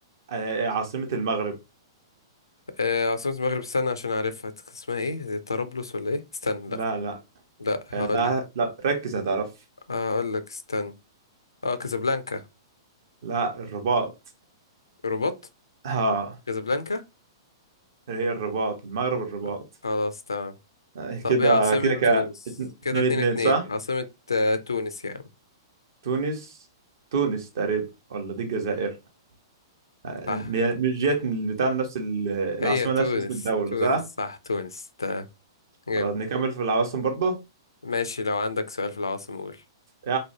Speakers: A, on the right; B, on the left.
A: آه، آه، عاصمة المغرب
B: آه عاصمة المغرب استنى عشان اعرفها اسمها ايه طرابلس ولا ايه استنى
A: لا
B: لا
A: لا
B: لا هقولك
A: هتع- لا ركز هتعرف
B: هقولك استنى اه كازابلانكا
A: لا الرباط
B: رباط
A: ها
B: كازابلانكا
A: هي الرباط المغرب الرباط
B: آه، خلاص تمام
A: آه، كده
B: طب ايه عاصمة
A: كده ك
B: تونس
A: اتن-
B: كده
A: اتنين
B: اتنين
A: اتنين
B: اتنين
A: صح
B: عاصمة آه، تونس يا عم
A: تونس تونس تقريبا ولا دي الجزائر آه،
B: صح
A: ن- مش جت بتاع نفس ال- العاصمة
B: هي تونس
A: نفس اسم الدولة
B: تونس
A: صح
B: صح تونس تمام جامد
A: خلاص نكمل في العواصم برضه
B: ماشي لو عندك سؤال في العواصم قول
A: يا-